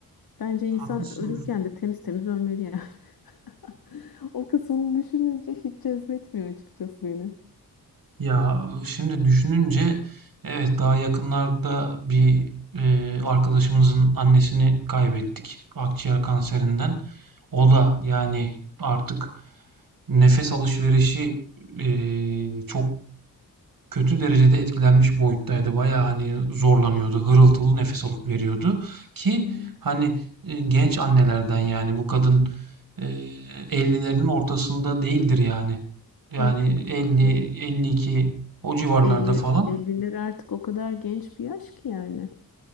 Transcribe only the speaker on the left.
Bence
insan ölürken de temiz temiz ölmeli yani. <laughs> O kısmını düşününce hiç cezbetmiyor açıkçası beni.
Hmm.
Ah, çok üzücü.
Elli
elliler artık o kadar genç bir yaş ki yani.